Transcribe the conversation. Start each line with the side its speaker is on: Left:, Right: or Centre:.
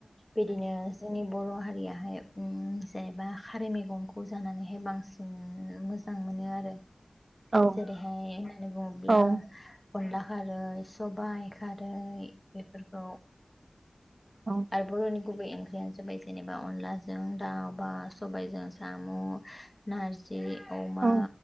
Left: बिदिनो जोंनि बर' हारियाहाय उम जेनेबा खारै मैगंखौ जानानैहाय बांसिन मोजां मोनो आरो।
Right: औ
Left: जेरैहाय होन्नानै बुङोब्ला
Right: औ
Left: अनला खारै सबाइ खारै बेफोरखौ
Right: औ
Left: आरो बर'नि गुबै ओंख्रियानो जाबाय जेनेबा अनला जों दाउ बा सबायजों साम' नारजि जि अमा
Right: औ